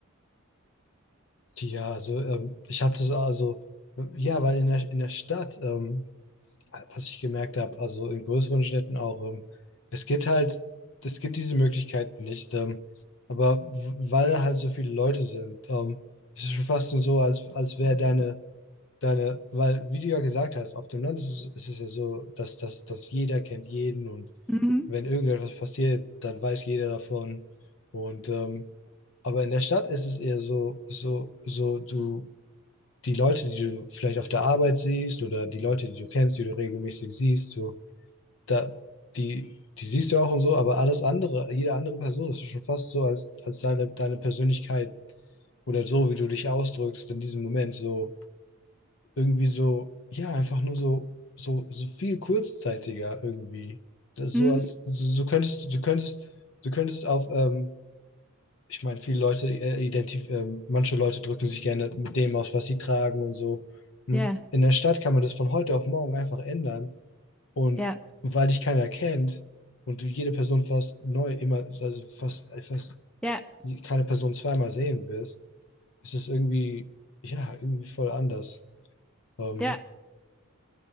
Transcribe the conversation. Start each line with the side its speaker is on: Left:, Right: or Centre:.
Left: Ja, also ähm, ich habe das also, äh, ja, weil in der, in der Stadt, ähm, was ich gemerkt habe, also in größeren Städten auch, ähm, es gibt halt, es gibt diese Möglichkeit nicht, ähm, aber w- weil da halt so viele Leute sind, ähm, es ist schon fast nur so, als, als wäre deine, deine, weil, wie du ja gesagt hast, auf dem Land ist es, ist es ja so, dass, dass, dass jeder kennt jeden und
Centre: Mhm,
Left: wenn irgendetwas passiert, dann weiß jeder davon. Und ähm, aber in der Stadt ist es eher so, so, so, du, die Leute, die du vielleicht auf der Arbeit siehst oder die Leute, die du kennst, die du regelmäßig siehst, so, da, die, die siehst du auch und so, aber alles andere, jede andere Person, das ist schon fast so, als, als deine, deine Persönlichkeit oder so, wie du dich ausdrückst in diesem Moment, so irgendwie so, ja, einfach nur so, so, so viel kurzzeitiger irgendwie. Das,
Centre: mhm.
Left: so als, so, so könntest du, könntest, du könntest auf, ähm, ich meine, viele Leute, äh, identif ähm, manche Leute drücken sich gerne mit dem aus, was sie tragen und so. Und
Centre: Ja,
Left: in der Stadt kann man das von heute auf morgen einfach ändern. Und
Centre: ja,
Left: weil dich keiner kennt und du jede Person fast neu, immer, also fast, fast
Centre: ja,
Left: keine Person zweimal sehen wirst, ist es irgendwie, ja, irgendwie voll anders. Ähm,
Centre: ja,